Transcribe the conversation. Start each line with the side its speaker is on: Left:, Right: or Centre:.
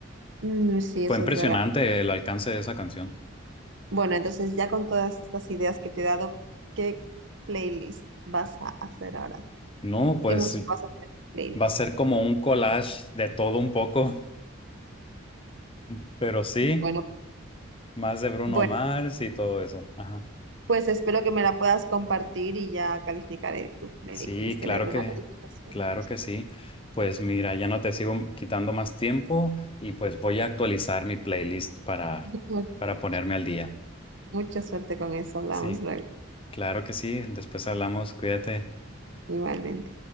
Right: Mm, sí,
Left: Fue
Right: eso
Left: impresionante
Right: es verdad.
Left: el alcance de esa canción.
Right: Bueno, entonces ya con todas estas ideas que te he dado, ¿qué playlist vas a hacer ahora?
Left: No, pues
Right: ¿Qué música vas a hacer en playlist?
Left: va a ser como un collage de todo un poco, <laughs> pero sí,
Right: Bueno,
Left: más de Bruno
Right: bueno,
Left: Mars y todo eso. Ajá.
Right: pues espero que me la puedas compartir y ya calificaré tu playlist,
Left: Sí,
Right: te
Left: claro
Right: le daré
Left: que,
Right: una calificación.
Left: claro que sí. Pues mira, ya no te sigo quitando más tiempo y pues voy a actualizar mi playlist para,
Right: <laughs> Ok.
Left: para ponerme al día.
Right: Mucha suerte con eso. Hablamos
Left: Sí,
Right: luego.
Left: claro que sí. Después hablamos, cuídate.
Right: Igualmente.